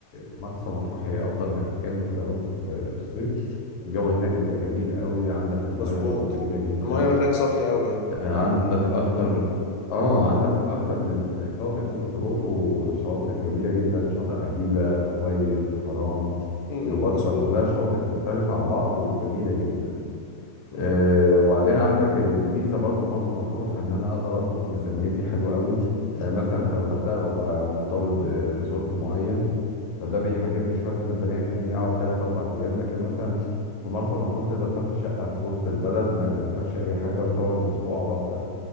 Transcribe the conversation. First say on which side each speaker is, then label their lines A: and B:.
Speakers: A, on the left; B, on the left.
A: مرسى مطروح هي افضل مكان ممكن اروحه في في الصيف الجو هناك بيبقى جميل قوي عندك
B: مظبوط
A: المية برضو جميلة جدا
B: المايه هناك صافيه قوي يعني
A: عندك اكتر اه عندك اكتر من شاطئ ممكن تروحوا شواطئ جميله جدا شاطئ عجيبه الابيض الغرام
B: امم
A: كيلوباترا
B: مظبوط
A: كلها شواطئ مختلفه عن بعض وجميله جدا
B: امم
A: آه وبعدين عندك الميزه برضو في مرسى مطروح ان انا اقدر اظبط ميزانيتي حلوه قوي يعني مثلا انت الغردقه ببقى مرتبط بريزورت معين فده بيحجمني شويه في الميزانيه يخليني اقعد 3 4 ايام لكن مثلا في مرسى مطروح تقدر تاخد شقه في وسط البلد ما يكلفكش اي حاجه وتقعد اسبوع او اكتر